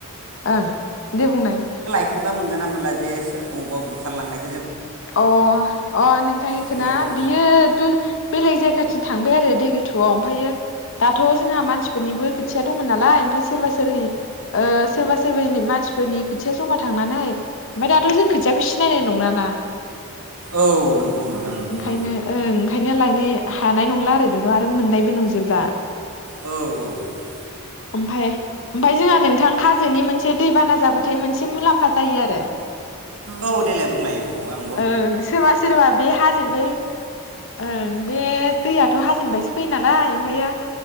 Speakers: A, on the left; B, on the right.
A: ओं दे बुंनाय।
B: फिनबा मोनोगोन ना मोनला जे सोर अबावबा बुखारलांनाय
A: अ अ नोंथांनिखौना
B: खोथियाखौ
A: बियो बेलेग जायगाथिं थांबाय आरो दै गोथौआव ओमफायो दाथ जोंहा मानसिफोरनिबो खोथिया दंमोन नालाय ओमफ्राय सोरबा सोरबि ओ सोरबा सोरबि मानसिफोरनि खोथिया जमा थांनानै ओमफफ्राय दाथ जों खोथियाखौ सिनायनाय नंला ना।
B: औ नंगौ नोंथां नंगौ
A: ओंखायनो
B: औ
A: ओं ओंखायनो लाय ने हानाय नंला आरो बेखौ आरो मोननायबो नंजोबला।
B: औ औ औ औ।
A: ओमफाय ओमफाय जोंहा नोंथां हाजोनि मोनसे दैबाना जाबाथाय मोनसे मुलाम्फा जायो आरो
B: औ देलाय बुंलाय औ औ आं
A: ओं सोरबा सोरबा बे हाजोनिफ्राय ओं बे दैयाथ हाजोनिफायसो फैयो नालाय ओमफायो